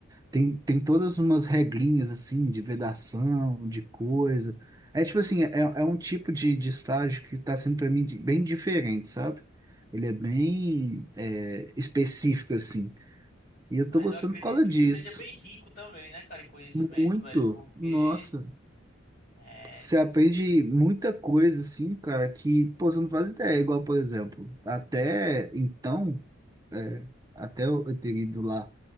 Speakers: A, on the right; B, on the left.
A: Tem, tem todas umas regrinhas assim de vedação, de coisa. É tipo assim, é, é um tipo de, de estágio que está sendo para mim de- bem diferente, sabe? Ele é bem é, específico assim. E eu
B: Mas
A: tô gostando
B: eu acredito
A: por causa disso.
B: que seja bem rico também, né, cara, em conhecimento,
A: Muito.
B: velho, porque.
A: Nossa,
B: É,
A: você
B: não
A: aprende muita coisa assim, cara, que pô, você não faz ideia. Igual, por exemplo, até então É, até eu, eu ter ido lá.